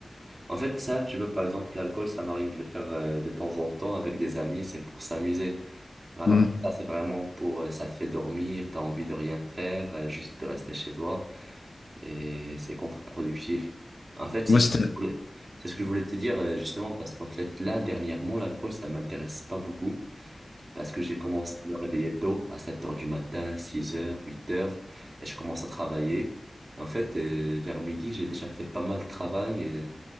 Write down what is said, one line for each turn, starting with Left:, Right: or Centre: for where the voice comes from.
Right: En fait, ça, tu vois, par exemple, l'alcool, ça m'arrive de le faire euh, de temps en temps avec des amis, c'est pour s'amuser. Alors
Left: Hmm.
Right: que ça, c'est vraiment pour... euh, ça fait dormir, t'as envie de rien faire, euh, juste de rester chez toi. et c'est contre-productif. En fait, c'est
Left: Moi,
Right: ce
Left: c'était,
Right: que je voulais c'est ce que je voulais te dire euh, justement parce qu'en fait, là, dernièrement, l'alcool, ça m'intéresse pas beaucoup parce que j'ai commencé à me réveiller tôt, à 7 heures du matin, 6 heures, 8 heures, et je commence à travailler. En fait, euh, vers midi, j'ai déjà fait pas mal de travail euh,